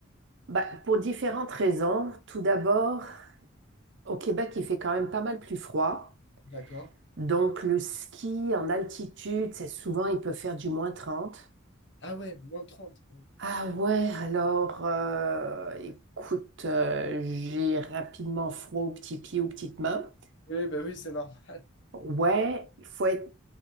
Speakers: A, on the right; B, on the left.
A: bah, pour différentes raisons. Tout d'abord, au Québec, il fait quand même pas mal plus froid.
B: D'accord.
A: Donc, le ski en altitude, c'est souvent, il peut faire du moins 30.
B: Ah ouais, moins de trente
A: Ah ouais, alors, euh, écoute, euh, j'ai rapidement froid aux petits pieds, aux petites mains.
B: Oui, bah oui, c'est normal.
A: Ouais, il faut être